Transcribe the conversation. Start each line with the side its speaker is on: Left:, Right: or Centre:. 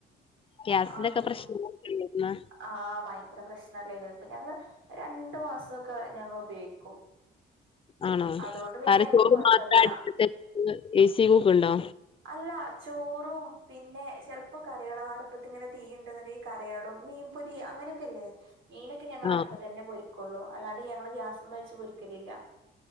Left: ഗ്യാസിന്റൊക്കെ
Right: ആഹ്
Left: പ്രശ്നങ്ങളൊക്കെ ഇണ്ടായിരുന്നോ
Right: ആഹ. ഭയങ്കര പ്രശ്നല്ലനല്ലായിനോ? ഇപ്പൊ ഞങ്ങള് രണ്ടു മാസൊക്കെ ഞങ്ങള് ഉപയോഗിക്കും.
Left: ആണോ?
Right: അതുകൊണ്ട് പിന്നെ
Left: കറി,
Right: ഞങ്ങക്ക്
Left: ചോറ്
Right: കൊഴപ്പല്ല
Left: മാത്ര അടുപ്പത്ത്ച്ച്, ഇ സി കുക്കുണ്ടോ?
Right: അല്ല. ചോറും പിന്നെ ചെലപ്പ കറികള അടുപ്പത്തി ങ്ങനെ തീ ഉണ്ടെന്നണ്ടങ്കി. കറിയാളും, മീൻപൊരി അങ്ങനൊക്കെല്ലേ? മീന- ഞങ്ങൾ
Left: ആ
Right: അടുപ്പത്തന്നെ പൊരിക്കൊള്ളൂ. അല്ലാണ്ട് ഞങ്ങള് ഗ്യാസ്മ്മച്ച് പൊരിക്കലില്ല.